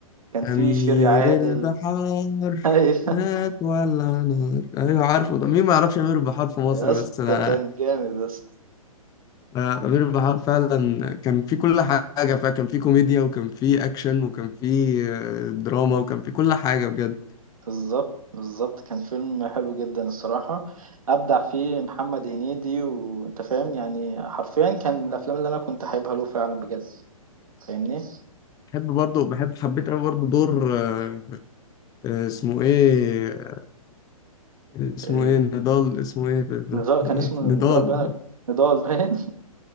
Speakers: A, on the right; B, on the left.
A: كان فيه
B: أمير
A: شيري عادل
B: البحار
A: <laughs> أيوة.
B: مات ولا نار أيوة عارفه ده مين ما يعرفش أمير البحار في مصر
A: يا اسطى
B: بس ده
A: كان جامد يا اسطى
B: آه، أمير بحار فعلا كان في كل حاجة فكان في كوميديا وكان في أكشن وكان في آه، دراما وكان في كل حاجة بجد
A: بالظبط بالظبط كان فيلم حلو جدا الصراحة أبدع فيه محمد هنيدي وأنت فاهم يعني حرفيا كان من الأفلام اللي أنا كنت حاببها له فعلا بجد فاهمني؟
B: بحب برضه بحب حبيت أوي برضه دور آه، آه، اسمه إيه اسمه
A: آه،
B: إيه نضال اسمه إيه ب- ب-
A: نزار كان
B: إيه؟
A: اسمه
B: نضال
A: نزار باين نضال باين